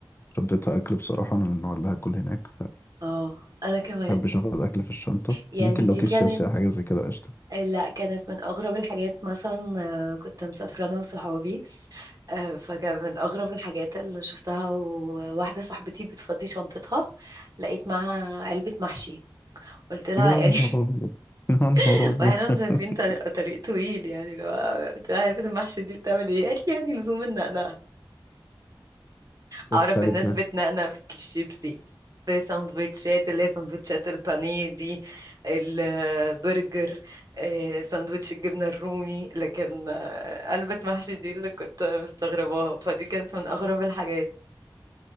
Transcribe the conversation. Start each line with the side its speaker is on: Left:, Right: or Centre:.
Left: شنطتها اكل بصراحه انا من النوع اللي هاكل هناك
Right: اه انا كمان
Left: محبش اخد اكل في الشنطه
Right: يعني
Left: ممكن لو
Right: دي
Left: كيس
Right: كانت
Left: شيبسي او حاجه زي كده قشطه
Right: لا كانت من اغرب الحاجات مثلا آه، كنت مسافرة انا وصحابي آه، فكان من اغرب الحاجات اللي شفتها وواحدة صاحبتي بتفضي شنطتها لقيت معاها علبة محشي قلت لها
Left: يا نهار
Right: يعني
Left: ابيض <laughs> يا نهار
Right: <laughs>
Left: ابيض
Right: واحنا مسافرين
Left: <laughs>
Right: طريق, طريق طويل يعني لو قلت لها علبة المحشي دي بتعمل ايه قالت لي يعني لزوم النقنقة
Left: كانت
Right: اعرف
Left: خالي
Right: الناس
Left: في-
Right: بتنقنق في الشيبسي في سندوتشات اللي هي سندوتشات البانيه دي البرجر آه، سندوتش الجبنة الرومي لكن آه، قلبة محشي دي اللي كنت مستغرباها فدي كانت من اغرب الحاجات